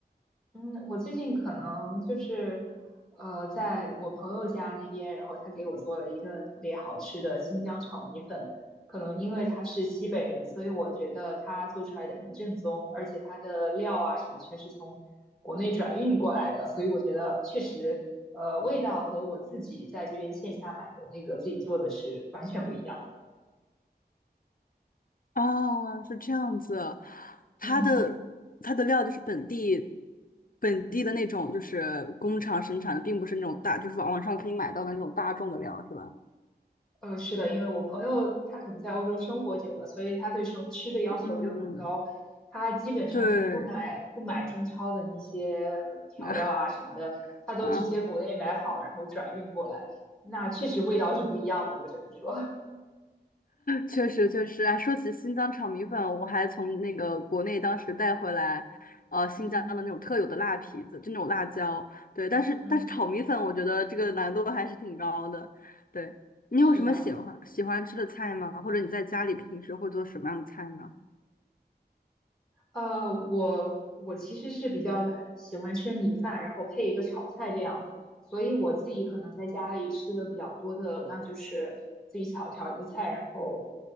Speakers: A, in the centre; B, on the left (about 55°).
A: 嗯，我最近可能就是，呃，在我朋友家那边，然后他给我做了一顿特别好吃的新疆炒米粉。可能因为他是西北人，所以我觉得他做出来的很正宗，而且他的料啊什么全是从国内转运过来的，所以我觉得确实，呃，味道和我自己在这边线下买的那个自己做的是完全不一样。
B: 哦，是这样子，它的它的料就是本地
A: 嗯。
B: 本地的那种，就是工厂生产的，并不是那种大，就是网上可以买到的那种大众的料，是吧？
A: 呃，是的，因为我朋友他可能在欧洲生活久了，所以他对生吃的要求就很高，
B: 嗯，
A: 他基本上是不买不买中超的那些呃调料啊什么的，
B: 对，<laughs>
A: 他都直接国内买好，
B: 啊，
A: 然后转运过来。那确实味道是不一样的，我只能说
B: 确实确实，哎，说起新疆炒米粉，我还从那个国内当时带回来，呃，
A: <laughs>
B: 新疆的那种特有的辣皮子，
A: 嗯
B: 就那种辣椒，对，但是但是炒米粉，
A: 嗯，
B: 我觉得这个难度还是挺高的。对，
A: <laughs>
B: 你有什么喜欢喜欢吃的菜吗？
A: 是呀。
B: 或者你在家里平时会做什么样的菜呢？
A: 呃，我我其实是比较喜欢吃米饭，然后配一个炒菜这样，所以我自己可能在家里吃的比较多的，那就是自己炒炒一个菜，然后